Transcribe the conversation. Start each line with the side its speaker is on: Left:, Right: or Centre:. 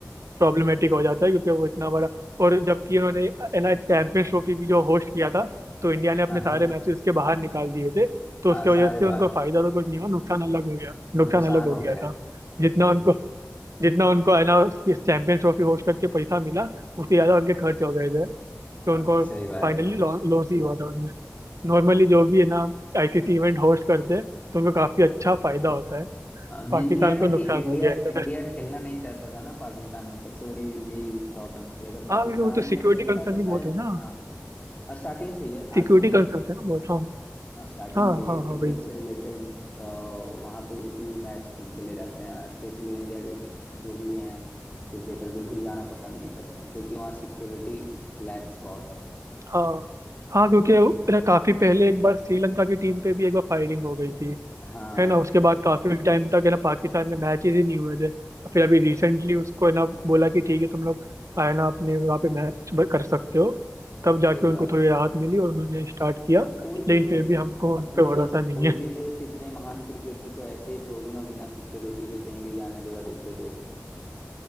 Right: प्रॉब्लमेटिक हो जाता है क्योंकि वो इतना बड़ा और जबकि उन्होंने एनआई चैंपियंस ट्रॉफी भी जो होस्ट किया था तो इंडिया ने अपने
Left: हाँ
Right: सारे
Left: हाँ
Right: मैचेस उसके बाहर निकाल दिए थे तो
Left: हाँ
Right: उसके वजह
Left: सारे
Right: से
Left: बार
Right: उनको फायदा तो कुछ नहीं हुआ नुकसान अलग हो गया नुकसान
Left: नुकसान
Right: अलग हो
Left: हो
Right: गया
Left: गया
Right: था
Left: हम्म
Right: जितना उनको जितना उनको है ना चैंपियंस ट्रॉफी होस्ट करके पैसा मिला उससे ज्यादा उनके खर्च हो गए थे तो
Left: हाँ
Right: उनको
Left: सही बात
Right: फाइनली
Left: है
Right: लॉस ही हुआ था नॉर्मली जो भी है ना आईसीसी इवेंट होस्ट करते हैं तो उनको काफी अच्छा फायदा होता है
Left: मेनली
Right: पाकिस्तान
Left: है ना
Right: को नुकसान
Left: कि इंडिया
Right: हो गया इधर
Left: इंडिया खेलना नहीं चाहता था ना पाकिस्तान में सबसे बड़ी यही प्रॉब्लम थी अगर
Right: हाँ
Left: पाकिस्तान
Right: क्योंकि वो तो सिक्योरिटी
Left: में खेलता
Right: कंसर्न
Left: तो
Right: भी बहुत
Left: शायद
Right: है ना
Left: हाँ स्टार्टिंग से ही है
Right: सिक्योरिटी
Left: आज से नहीं
Right: कंसर्न
Left: है
Right: है ना बहुत हाँ
Left: हाँ स्टार्टिंग
Right: हाँ
Left: से ही
Right: हाँ
Left: है क्रिकेट
Right: हाँ भाई
Left: से रिलेटेड वहाँ पे एक ही मैच भी खेले जाते हैं स्पेशली इंडिया के जो जो भी हैं क्रिकेटर बिल्कुल जाना पसंद नहीं करते हैं क्योंकि वहाँ सिक्योरिटी लैक्स बहुत है
Right: हाँ हाँ क्योंकि मेरा काफी पहले एक बार श्रीलंका की टीम पे भी एक बार फायरिंग हो गई थी
Left: हाँ
Right: है ना उसके बाद काफी टाइम तक है ना पाकिस्तान में मैचेस ही नहीं हुए थे फिर अभी रिसेंटली उसको है ना बोला कि ठीक है तुम लोग है ना अपने वहाँ पे मैच कर सकते हो तब जाके
Left: सही
Right: उनको
Left: बात
Right: थोड़ी
Left: है
Right: राहत मिली और उन्होंने स्टार्ट किया
Left: और कोई भी
Right: लेकिन
Left: देश
Right: फिर भी हमको उन
Left: अपने
Right: पे भरोसा नहीं
Left: कोई
Right: है
Left: भी देश इतने महान क्रिकेटर को ऐसे ही थोड़ू ना बिना सिक्योरिटी के कहीं भी जाने देगा दूसरे देश में